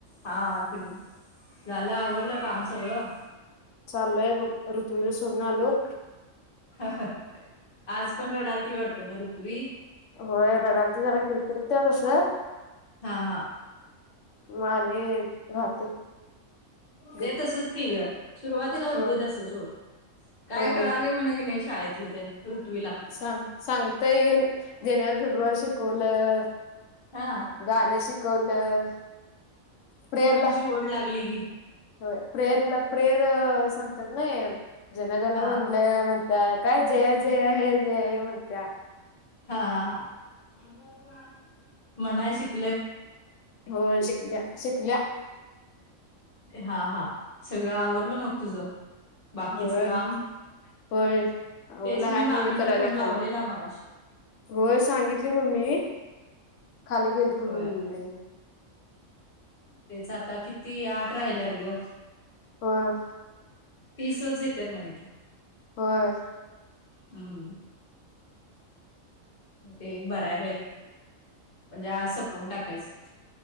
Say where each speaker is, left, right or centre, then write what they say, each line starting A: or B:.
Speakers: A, on the left; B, on the left.
A: हा च झालं आवरडलं काम सगळं.
B: चालयं बंग ऋथ्वीलां सोडूंन आलों.
A: हां हां आंज पणं रडालती वाढतो मरत्वी
B: होयं लडाल ते जरां किरकिरत तसं
A: हां हां
B: मांहले राहते. गप
A: ते तसंच की गं सुरुंवातीला होते
B: हो
A: तसं सोंड कायं
B: हो
A: कळाले म्हंण की नाहीं शाळेतलं ते पृथ्वीला.
B: सांग सांगतय येऊन जानेवारी फेब्रुवारी शिकवलं
A: हा
B: गाणं शिकवलं प्रेरला
A: कोड लागली की
B: हो प्रेअरला प्रेर सांगतात नां जनगण
A: हा
B: मंण म्हणत्यां कायं जय जय जय म्हणत्यां
A: हां हां हां मनांय शिक
B: होयं शिकल्यां शिकल्यां
A: हां हां सगळं आवरलं मंग तुझं बाकीचं
B: होयं
A: काम
B: होयं
A: तेच
B: ओला
A: मी
B: हांय मंग
A: मामींना
B: ममी करायंला
A: फोन
B: खाली
A: लावलेला मगाशी
B: हो सांगितली मम्मी खाली गेलतो
A: होय
B: मी मु
A: तेचं आंता किती आंठ राहिल्यांत गं
B: परं
A: पीसचं येतेेत म्हंणे की.
B: परं
A: हम्मं. ते बरं आहे बाई म्हणजे आंज संपवून टाकायचं.